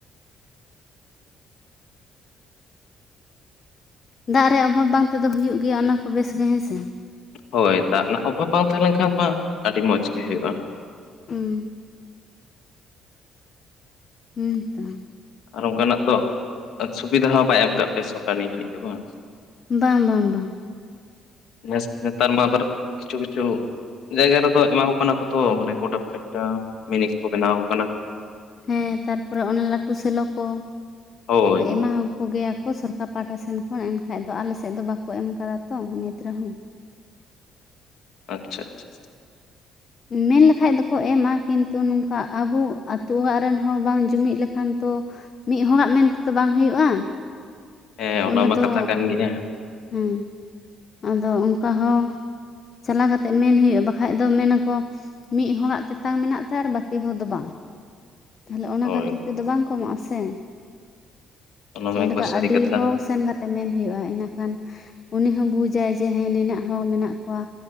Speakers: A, on the left (about 50°); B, on the left (about 65°).
A: ᱫᱟᱜ ᱨᱮ ᱚᱵᱷᱟᱵᱽ ᱵᱟᱝ ᱛᱮᱫᱚ ᱦᱩᱭᱩᱜ ᱜᱮᱭᱟ ᱚᱱᱟ ᱠᱚ ᱵᱮᱥ ᱜᱮ ᱦᱮᱸᱥᱮ ᱾
B: ᱦᱳᱭ ᱫᱟᱜ ᱨᱮᱱᱟᱜ ᱚᱵᱷᱟᱵᱽ ᱵᱟᱝ ᱛᱟᱦᱮᱸ ᱞᱮᱱ ᱠᱷᱟᱱ ᱢᱟ ᱟᱹᱰᱤ ᱢᱚᱸᱡᱽ ᱜᱮ ᱦᱳᱭᱳᱜᱼᱟ ᱾
A: ᱩᱸ ᱦᱩᱸ ᱛᱚ ᱾
B: ᱟᱨ ᱚᱱᱠᱟᱱᱟᱜ ᱛᱚ ᱥᱩᱵᱤᱫᱷᱟ ᱦᱚᱸ ᱵᱟᱭ ᱮᱢ ᱠᱟᱜ ᱯᱮᱭᱟ ᱥᱚᱨᱠᱟᱨ ᱱᱤᱭᱟᱹ ᱜᱷᱟᱹᱲᱤᱡ ᱛᱮ ᱵᱟᱝ?
A: ᱵᱟᱢ ᱵᱟᱢ ᱵᱟ ᱾
B: ᱱᱮᱥ ᱱᱮᱛᱟᱨ ᱢᱟ ᱟᱵᱟᱨ ᱠᱤᱪᱷᱩ ᱠᱤᱪᱷᱩ ᱡᱟᱭᱜᱟ ᱨᱮᱫᱚ ᱮᱢᱟ ᱠᱚ ᱠᱟᱱᱟ ᱛᱚ ᱢᱟᱱᱮ ᱜᱟᱴᱟᱯ ᱮᱠᱴᱟ ᱢᱤᱱᱤ ᱠᱚ ᱠᱚ ᱵᱮᱱᱟᱣ ᱟᱠᱚ ᱠᱟᱱᱟ ᱾
A: ᱦᱮᱸ ᱛᱟᱨᱯᱚᱨᱮ ᱚᱱᱟ ᱞᱟᱹᱴᱩ ᱥᱮᱞᱚ ᱠᱚ
B: ᱦᱳᱭ
A: ᱮᱢᱟᱣ ᱾ ᱠᱚ ᱜᱮᱭᱟ ᱠᱚ ᱥᱚᱨᱠᱟᱨ ᱯᱟᱦᱴᱟ ᱥᱮᱱ ᱠᱷᱚᱱ ᱮᱱᱠᱷᱟᱡ ᱫᱚ ᱟᱞᱮ ᱥᱮᱜ ᱫᱚ ᱵᱟᱠᱚ ᱮᱢ ᱠᱟᱫᱟ ᱛᱚ ᱱᱤᱛ ᱨᱮᱦᱚᱸ ᱾
B: ᱟᱪᱪᱷᱟ ᱟᱪᱪᱷᱟ
A: ᱢᱮᱱ ᱞᱮᱠᱷᱟᱡ ᱫᱚᱠᱚ ᱮᱢᱟ ᱠᱤᱱᱛᱩ ᱱᱚᱝᱠᱟ ᱟᱵᱩ ᱟᱹᱛᱩ ᱚᱲᱟᱜ ᱨᱮᱱ ᱦᱚᱸ ᱵᱟᱝ ᱡᱩᱢᱤᱫ ᱞᱮᱠᱷᱟᱱ ᱛᱚ ᱢᱤᱜ ᱦᱚᱲᱟᱜ ᱢᱮᱱ ᱛᱮᱫᱚ ᱵᱟᱝ ᱦᱳᱭᱳᱜᱼᱟ ᱾
B: ᱦᱮᱸ ᱚᱱᱟ
A: ᱚᱸᱰᱮ
B: ᱢᱟ
A: ᱫᱚ
B: ᱠᱟᱛᱷᱟ ᱠᱟᱱ ᱜᱮᱭᱟ
A: ᱦᱮᱸ ᱟᱫᱚ ᱚᱝᱠᱟ ᱦᱚᱸ ᱾ ᱪᱟᱞᱟᱣ ᱠᱟᱛᱮᱜ ᱢᱮᱱ ᱦᱩᱭᱩᱜ ᱵᱟᱠᱷᱟᱡ ᱫᱚ ᱢᱮᱱᱟ ᱠᱚ ᱢᱤᱜ ᱦᱚᱲᱟᱜ ᱛᱮᱛᱟᱝ ᱢᱮᱱᱟᱜ ᱛᱟᱭᱟ ᱟᱨ ᱵᱟᱹᱠᱤ ᱦᱚᱲ ᱫᱚ ᱵᱟᱝ ᱾ ᱛᱷᱟᱞᱮ ᱚᱱᱟ
B: ᱦᱳᱭ
A: ᱠᱷᱟᱹᱛᱤᱨ ᱛᱮᱫᱚ ᱵᱟᱝ ᱠᱚᱢᱚᱜᱼᱟ ᱥᱮ
B: ᱚᱱᱟ ᱢᱟ
A: ᱚᱸᱰᱮ
B: ᱮᱠᱵᱟᱨ
A: ᱫᱚ
B: ᱥᱟᱹᱨᱤ
A: ᱟᱹᱰᱤ
B: ᱠᱟᱛᱷᱟ
A: ᱦᱚᱸ ᱥᱮᱱ ᱜᱟᱛ ᱛᱮ ᱢᱮᱱ ᱦᱳᱭᱳᱜᱼᱟ ᱤᱱᱟᱹ ᱠᱷᱟᱱ ᱾ ᱩᱱᱤ ᱦᱚᱸ ᱵᱩᱡᱟᱭ ᱡᱮ ᱦᱮᱸ ᱱᱤᱱᱟᱹᱜ ᱦᱚᱲ ᱢᱮᱱᱟᱜ ᱠᱚᱣᱟ